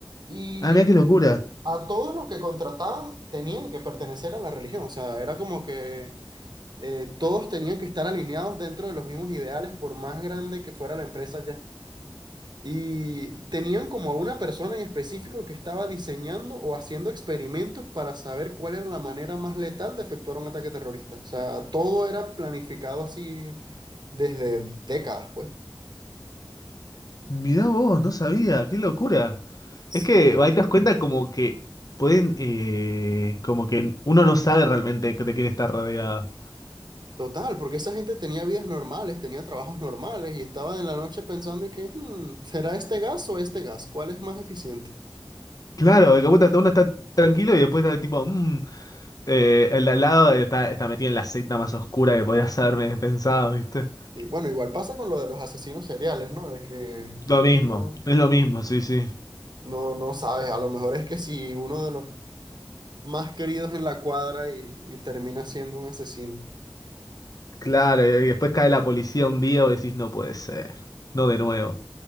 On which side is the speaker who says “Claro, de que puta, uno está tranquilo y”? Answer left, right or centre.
Left